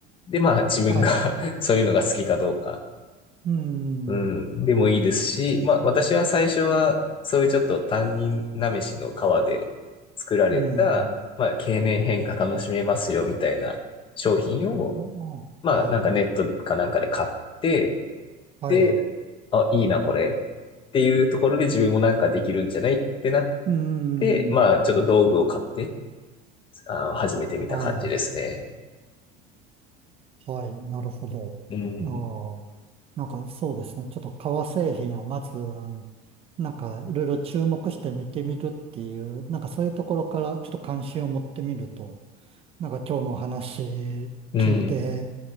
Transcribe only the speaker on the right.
はい。
うん、
うん、
あ
あはい、はい。
うん。
はい。はい。なるほど。
いやーなんかそうですね。ちょっと革製品をまず、なんかいろいろ注目して見てみるっていう、なんかそういうところからちょっと関心を持ってみると、なんか今日のお話
聞いて、